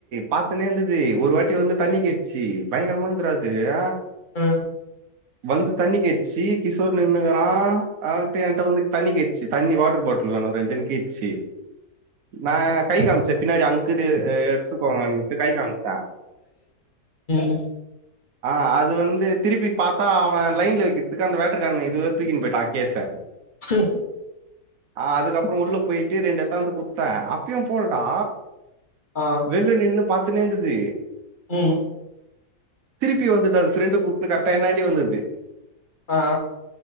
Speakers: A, on the right (about 65°); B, on the left (about 30°).
A: பார்த்தனே இருந்தது ஒரு வாட்டி வந்து தண்ணி கேட்ச்சி பயங்கரமா இருந்துடா தேயா
B: ஆ
A: வந்து தண்ணி கேச்சி கிஷோர் நின்னுக்கரான் ஆ என்ட்ட வந்து தண்ணி கேச்சு தண்ணி வாட்டர் பாட்டில் வேணும் ரெண்டக்கு கேச்சி நான் கை காமிச்ச பின்னாடி அங் இக்குது எ எடுத்துக்கோங்க கை காமிச்ச
B: ம்
A: ஆ அது வந்து திருப்பி பார்த்தா அவன் லைன்ல வக்கிறதுக்கு அந்த வேட்டர் கான்இதுவே தூக்கின்னு போயிட்டான் கேஸ
B: ஹ
A: ஆ அதுக்கப்பறோ உள்ள போய்ட்டு ரெண்டு இத்தான் வந்து குடுத்தேன் அப்பும் போலடா
B: ஆ
A: வெள்ள நின்னு பாத்துனே இருந்தது
B: ம்
A: திருப்பி வந்தது அது ஃப்ரெண்டு குப்டுன்னு கரெக்டா என்னாந்தே வந்தது
B: ஆ